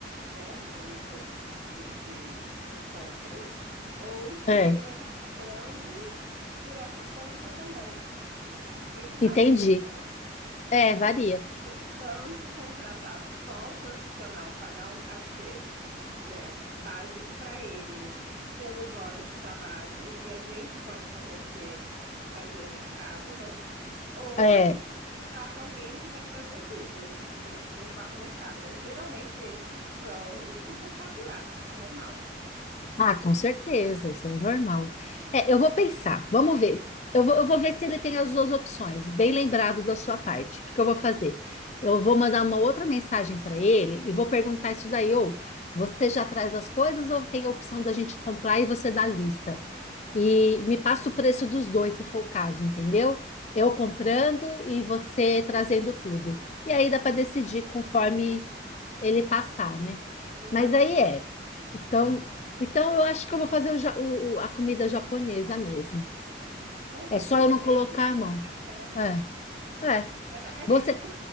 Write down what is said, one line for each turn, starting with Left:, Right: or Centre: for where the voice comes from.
Right: né? Tipo uma lista de, de, de compras, ou se
Left: É,
Right: ele vai estar cobrando por essa compra também. Porque isso
Left: entendi.
Right: varia, né?
Left: é, varia.
Right: Porque a gente pode tanto contratar só o profissional, pagar um cachê né, básico para ele pelas horas de trabalho e a gente pode fornecer e fazer o mercado, né? Ou
Left: É,
Right: a gente já trata alguém que vai trazer tudo, e a gente não tem que se preocupar com o mercado, mas geralmente esses vão superfaturar, normal.
Left: Ah, com certeza, isso aí é normal. É, eu vou pensar, vamos ver. Eu vou, eu vou ver se ele tem as duas opções. Bem lembrado da sua parte. O que que eu vou fazer? Eu vou mandar uma outra mensagem para ele e vou perguntar isso daí, ou você já traz as coisas ou tem a opção da gente comprar e você dá a lista? E me passa o preço dos dois, se for o caso, entendeu? Eu comprando e você trazendo tudo. E aí dá
Right: Exatamente.
Left: para decidir conforme ele passar, né?
Right: Exatamente.
Left: Mas aí é. Então, então, eu acho que eu vou fazer o ja- o- o- a comida japonesa mesmo.
Right: Com certeza,
Left: É só eu não
Right: se
Left: colocar
Right: é isso que
Left: a mão.
Right: você prefere,
Left: É, é.
Right: vai dar. <laughs>
Left: Você,